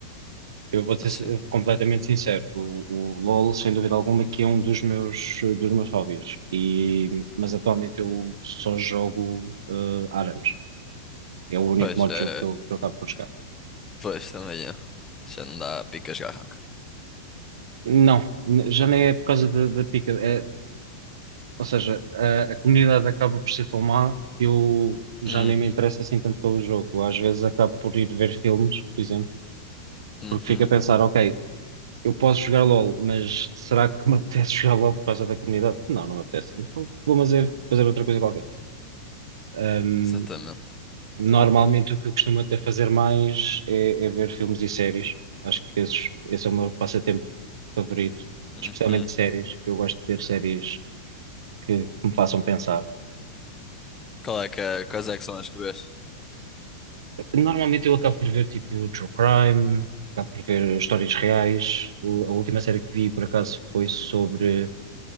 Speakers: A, on the right; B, on the left.
A: Eu vou ser
B: mas
A: sin-
B: sim.
A: completamente sincero. O, o LOL, sem dúvida alguma, que é um dos meus, eh, dos meus hobbies. E, mas atualmente eu só jogo ah, Arames. É o único
B: Pois,
A: modo
B: é,
A: de jogo que eu, que eu acabo por jogar.
B: pois também é. Já não dá pica jogar rank.
A: Não, n- já nem é por causa da da pica. É, Ou seja, a, a comunidade acaba por ser tão má que eu já
B: Hum,
A: nem me interesso assim tanto pelo jogo. Às vezes acabo por ir ver filmes, por exemplo,
B: uhum,
A: porque fico a pensar, ok, eu posso jogar LOL, mas será que me <laughs> apetece jogar LOL por causa da comunidade? Não, não me apetece. Então vou fazer, fazer outra coisa qualquer. Ahm,
B: exatamente.
A: normalmente o que eu costumo até fazer mais é, é ver filmes e séries. Acho que esses, esse é o meu passatempo favorito,
B: Uhum.
A: especialmente séries, que eu gosto de ver séries que, que me façam pensar.
B: Qual é que é, quais é que são as que vês?
A: Normalmente eu acabo por ver tipo True Crime, acabo por ver histórias reais. O- a última série que vi por acaso foi sobre